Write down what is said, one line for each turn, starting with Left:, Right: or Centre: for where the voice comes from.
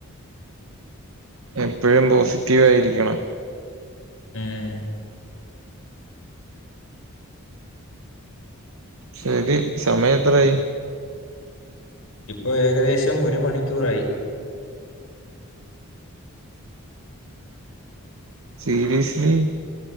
Right: എപ്പോഴും പോസിറ്റീവായിരിക്കണം
Left: ഏഹ്
Right: ശരി സമയം എത്രായി
Left: ഇപ്പോ ഏകദേശം ഒരു മണിക്കൂറായി
Right: സീരീയസ്ലി